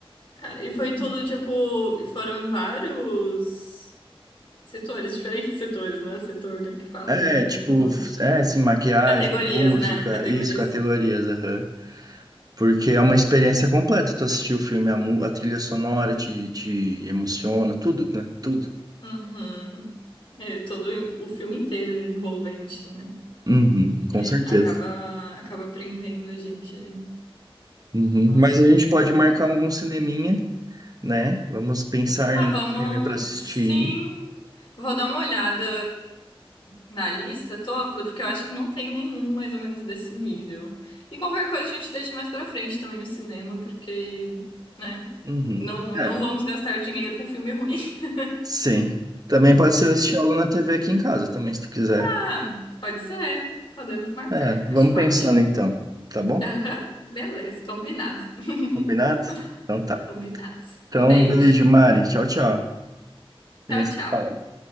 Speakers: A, on the left; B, on the right.
A: Cara, e foi
B: E-
A: tudo tipo. e Foram em vários setores, <laughs> diferentes setores, não é setor, né? Que fala,
B: É,
A: não lembro
B: tipo,
A: o nome.
B: é, assim, maquiagem,
A: Categorias,
B: música,
A: né? Categorias.
B: isso, categorias, aham. Porque é uma experiência completa. Tu assistiu o filme, a, mu- a trilha sonora te, te emociona, tudo, né? Tudo.
A: Uhum. É, todo o filme inteiro é envolvente, né?
B: Uhum, com
A: E
B: certeza.
A: acaba, acaba prendendo a gente ali.
B: Uhum.
A: Nossa,
B: Mas a
A: muito
B: gente
A: lindo.
B: pode marcar algum cineminha, né? Vamos pensar
A: Ah,
B: num
A: vamos.
B: filme para assistir.
A: Sim, vou dar uma olhada na lista toda, porque eu acho que não tem nenhum mais ou menos desse nível. E qualquer coisa a gente deixa mais pra frente também o cinema, porque, né?
B: Uhum.
A: Não, não
B: É,
A: vamos gastar dinheiro com filme ruim. <laughs>
B: sim. Também pode ser assistir algo na TV aqui em casa, também, se tu quiser.
A: Ah, pode ser. Podemos marcar.
B: É,
A: Acho
B: vamos pensando
A: ótimo.
B: então, tá bom?
A: Aham, beleza, combinado. <laughs>
B: Combinado? Então tá.
A: Combinados.
B: Então,
A: Um beijo.
B: beijo, Mari. Tchau, tchau.
A: Tchau,
B: A gente
A: tchau.
B: se fala.